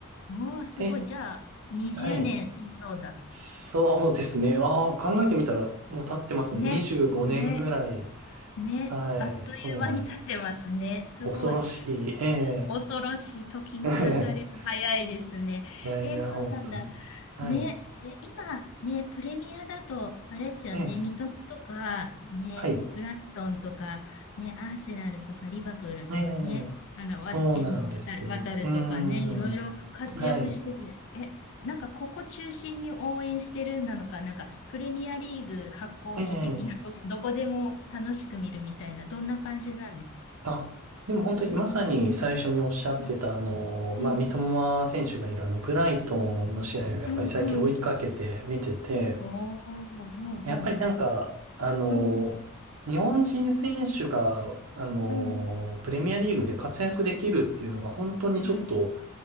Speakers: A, on the left; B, on the right.
A: おー、すごい。
B: です。
A: じゃあ、20年以上だ。
B: はい。そうですね。ああ、考えてみたら、もう経ってますね。
A: ね、
B: 25年ぐらい。
A: ね、ね。
B: はい。
A: あっという間に経ってますね。
B: そうなんです。
A: すごい。
B: 恐ろしい。え
A: 恐ろしい時の流れも早いですね。
B: え <laughs> いやいや、
A: えそうなんだ。
B: 本当に。はい。
A: ね、え、今ね、プレミアだと、あれですよね、
B: ええ
A: 三笘とか、ね、
B: はい。
A: ブライトンとか、ね、アーセナルとか、リバプールとかね、
B: ええ、
A: あの、
B: そうなんです。
A: わ、遠藤ルる、
B: うーん。
A: 渡るとかね、いろいろ活躍してる。
B: はい。
A: え、なんかここ中心に応援してるなのか、なんかプレミアリーグ発行し的な、
B: ええ。
A: ど、どこでも楽しく見るみたいな、どんな感じなんですか
B: あ、でも本当にまさに最初におっしゃってた、
A: うん、
B: あの、まあ、
A: うん、
B: 三笘選手がいるあの、ブライトンの試合をやっぱり最近追いかけて見てて、
A: うん、うん。おー、ほうほ
B: やっぱりなんか、あの、
A: う。うん、
B: 日本人選手が、あの、
A: うん、
B: プレミアリーグで活躍できるっていうのが本当にちょっと、
A: うん、